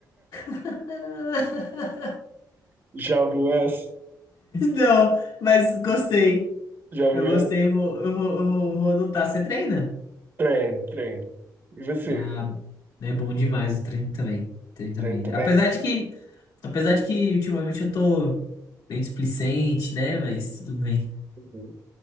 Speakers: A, on the left; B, on the right.
A: <laughs>
B: Já ouviu essa?
A: Não, mas gostei.
B: Já ouviu
A: Eu
B: essa?
A: gostei, vou, eu vou, eu vou, vou adotar. Você treina?
B: Treino, treino. E você?
A: Ah, é bom demais o treino também. Treino também.
B: Treino também?
A: Apesar de que, apesar de que ultimamente eu tô meio displicente, né? Mas tudo bem.
B: Uhum.